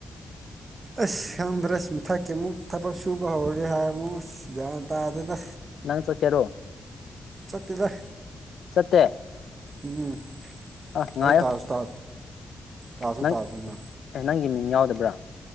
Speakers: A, on the right; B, on the left.
A: ꯑꯁ ꯈꯪꯗ꯭ꯔꯦ ꯃꯊꯛꯀꯤ ꯑꯃꯨꯛ ꯊꯕꯛ ꯁꯨꯕ ꯍꯧꯔꯦ ꯍꯥꯏꯔ ꯑꯃꯨꯛ ꯑꯁ ꯒ꯭ꯌꯥꯟ ꯇꯥꯗꯦꯗ
B: ꯅꯪ ꯆꯠꯀꯦꯔꯣ
A: ꯆꯠꯇꯦꯗ
B: ꯆꯠꯇꯦ
A: ꯎꯝ ꯎꯝ
B: ꯑꯥ ꯉꯥꯏꯌꯣ
A: ꯑꯩ ꯇꯥꯁꯨ ꯇꯥ ꯇꯥꯁꯨ
B: ꯅꯪ
A: ꯇꯥꯗꯅ
B: ꯑꯦ ꯅꯪꯒꯤ ꯃꯤꯡ ꯌꯥꯎꯗꯕ꯭ꯔꯥ